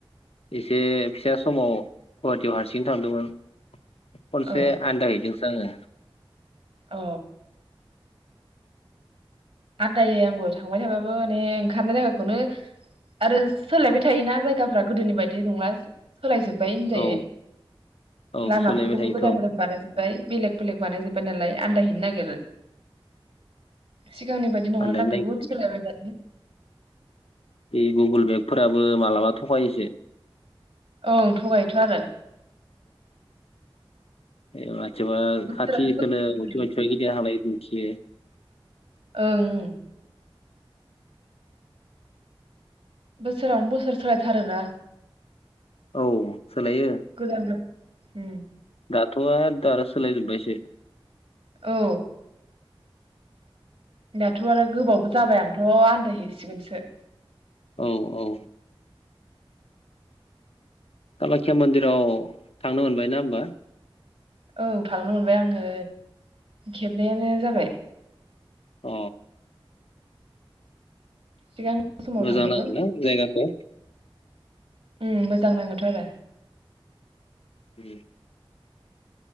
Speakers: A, on the left; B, on the right.
A: एसे फिसा समाव गुवाहाटियाव हारसिं थांदोंमोन। खनसे
B: औ
A: आन्दायहैदों। जोङो।
B: अ। आनदायो आंबो थांबाय थाबाबो माने ओंखारनाय जायगाखौनो आरो सोलायबाय थायोना जायगाफ्रा गोदोनि बायदि नंला। सोलायजोबबाय होनजायो
A: औ औ
B: लामाफोरखौबो
A: सोलायबाय थायोथ'
B: गोदान गोदान बानायजोब्बाय। बेलेग बेलेग बानायजोबबाय नालाय आन्दायहैैनो नागिर बे <inaudible> सिगांनि बायदि नङाना
A: आन्दायनो
B: बुहुत
A: नागिरो
B: सोलायबाय थायो।
A: बे गुगुल मेपफोराबो मालाबा थगायोसो।
B: औ थगायथ' आरो।
A: <inaudible> सोरबा
B: बोसोरावनो
A: खाथिखौनो
B: बोसोर
A: मुथिबा मिथिबाइ गिदिंना थांनाय दिन्थियो।
B: ओं। बोसोरावनो बोसोर सोलायथारोना।
A: औ सोलायो।
B: गोदान गोदान। उम।
A: दाथ'आ दारा सोलाय जोबबायसो।
B: औ दाथ' आरो गोबावबो जाबाय आंथ' आनन्दायहैसिगोनसो।
A: औ औ। कामाख्या मणडिराव थांनो मोनबाय ना होमबा?
B: औ थांनो मोनबाय आङो खेबनैयानो जाबाय।
A: अ।
B: सिगां समाव
A: मोजां
B: थांदोंमोन
A: नाङोना जायगाखौ?
B: उम मोजां नाङोथ' आरो
A: उम <inaudible>